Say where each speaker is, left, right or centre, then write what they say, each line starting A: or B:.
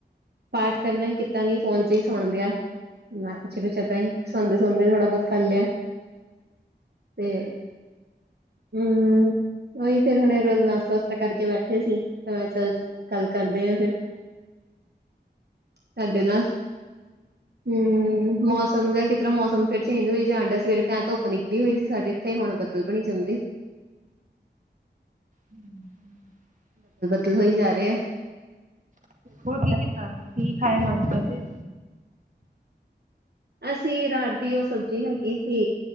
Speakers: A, on the right; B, on the right.
A: ਪਾਠ ਕਰਨਾ ਹੀ ਕਿ ਕੀਤਾ ਨੀ ਫੋਨ ਚ ਈ ਸੁਣ ਲਿਆ ਮੈਂ ਪਿੱਛੇ ਪਿੱਛੇ ਤਾਂ ਸੁਣ ਹੁਤੇ ਥੋੜਾ ਬਹੁਤ ਕਰ ਲਿਆ ਤੇ ਹੂੰ ਹੂੰ ਓਹੀ ਫੇਰ ਹੁਣੇ ਰੋ ਨਾਸਤਾ ਵਸਤਾ ਕਰਕੇ ਬੈਠੇ ਸੀ ਤੇ ਮੈਂ ਚਲ ਗੱਲ ਕਰਦੇ ਅ ਫਿਰ ਤਾਡੇ ਨਾਂ ਹੂੰ ਮੌਸਮ ਦਾ ਕਿ ਜ ਤਰ੍ਹਾਂ ਮੌਸਮ ਫਿਰ ਚੇਂਜ ਹੋਈ ਜਾਨਂਡੇ ਸਵੇਰੇ ਤਾਂ ਧੁੱਪ ਨਿਕਲੀ ਹੋਈ ਸੀ ਸਾਡੇ ਇੱਥੇ ਹੁਨ ਬਦਲ ਬਨੀ ਜਾਂਦੇ <inaudible>
B: ਹਮ ਹਮ <inaudible>
A: ਕਤਲ ਹੋਈ ਜਾ ਰੇਆ
B: ਹੋਰ ਕੀ ਕੀਤਾ ਕੀ ਖਾਇਆ ਨਾਸ਼ਤਾ ਚ
A: ਅਸੀਂ ਰਾਤ ਦੀ ਓ ਸਬਜ਼ੀ ਹੈਗੀ ਸੀ